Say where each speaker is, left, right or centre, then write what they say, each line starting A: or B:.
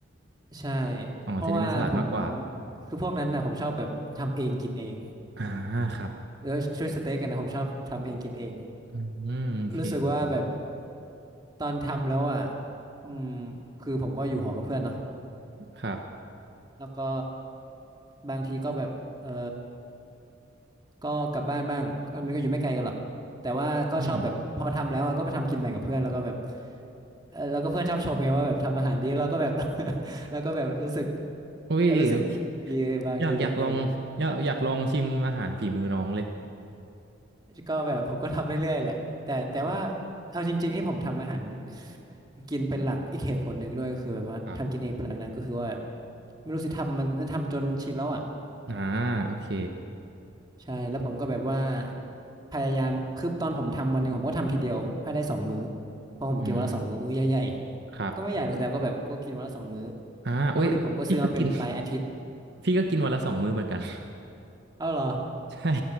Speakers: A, on the right; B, on the right.
A: ใช่
B: อ๋อจะเน้นเป็นสลัดมากกว่า
A: เพราะว่าผมคือพวกนั้นน่ะผมชอบแบบทำเองกินเอง
B: อ่าครับ
A: แล้วช่วยสเต็กกันนะผมชอบทำเองกินเอง
B: อืมโอเคโอเค
A: รู้สึกว่าแบบตอนทำแล้วอ่ะอืมคือผมก็อยู่หอ กับเพื่อนเนาะ
B: ครับ
A: แล้วก็บางทีก็แบบเออ ก็กลับบ้านบ้างก็มันก็อยู่ไม่ไกลกันหรอกแต่ว่าก็ชอบแบบพอทำแล้วอะก็ไปทำกินแบ่งกับเพื่อนแล้วก็แบบ
B: อืม
A: เออแล้วก็เพื่อนชอบชมไงว่าแบบทำอาหารดีแล้วเราก็แบบ <laughs> แล้วก็แบบรู้สึก
B: อุ้ยโอเค
A: เออรู้สึกดีบางทีอะเออ
B: อยากอยากลองอยากอยากลองชิมอาหารฝีมือน้องเลย
A: ก็แบบผมก็ทำเรื่อยๆแหละแต่แต่ว่า
B: เออ
A: เอาจริงๆที่ผมทำอาหารกินเป็นหลักอีกเหตุผลหนึ่งด้วยก็คือแบบว่าทำกินเองเป็นหลักนั้นก็คือว่าแบบ
B: ครับ
A: ไม่รู้สิทำมันมันทำจนชินแล้วอ่ะ
B: อ่าโอเค
A: ใช่แล้วผมก็แบบว่าพยายามคือตอนผมทำวันหนึ่งผมก็ทำทีเดียวให้ได้สองมื้อเพราะผมกินวันละสองมื้อมื้อใหญ่ๆ
B: อืมครับ
A: <laughs> ก็ไม่ใหญ่หรอกแต่ก็แบบก็กินวันละสองมื้อ
B: อ่าอุ้ยพี่ก็กิน
A: วัตถุดิบผมก็ซื้อมาเป็นแบบรายอาทิตย์
B: <laughs> พี่ก็กินวันละสองมื้อเหมือนกัน
A: เอ้าเหรอ
B: <laughs> ใช่